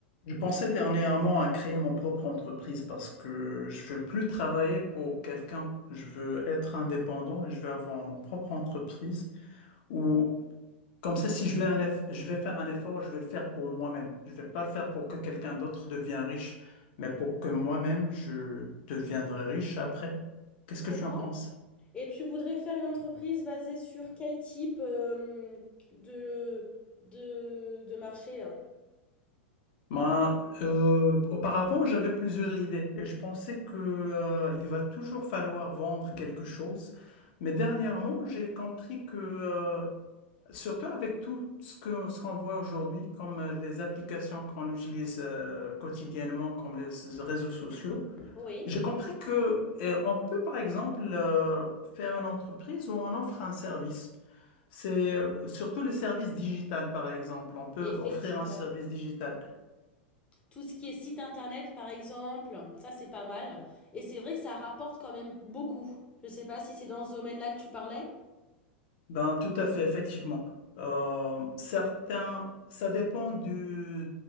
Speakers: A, on the left (about 55°); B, on the left (about 20°).
A: Je pensais dernièrement à créer mon propre entreprise parce que je veux plus travailler pour quelqu'un. Je veux être indépendant et je veux avoir mon propre entreprise où, comme ça, si je vais un eff- je vais faire un effort, je vais le faire pour moi-même. Je vais pas le faire pour que quelqu'un d'autre devienne riche, mais pour que moi-même je deviendrai riche après. Qu'est-ce
B: Je comprends.
A: que tu en penses?
B: Et tu voudrais faire une entreprise basée sur quel type euh, de, de, de marché? hein
A: Ben, euh, auparavant, j'avais plusieurs idées et je pensais que, euh, il va toujours falloir vendre quelque chose. Mais dernièrement, j'ai compris que, euh, surtout avec tout ce que, ce qu'on voit aujourd'hui, comme euh, les applications qu'on utilise, euh, quotidiennement, comme les réseaux sociaux,
B: Oui,
A: j'ai compris que, euh, on peut, par exemple, euh, faire une entreprise où on offre un service. C'est euh, surtout les services digitales, par exemple. On peut
B: effectivement.
A: offrir un service digital.
B: Tout ce qui est site internet, par exemple, ça c'est pas mal. Et c'est vrai que ça rapporte quand même beaucoup. Je sais pas si c'est dans ce domaine-là que tu parlais.
A: Ben, tout à fait, effectivement. Euh, certains, ça dépend du,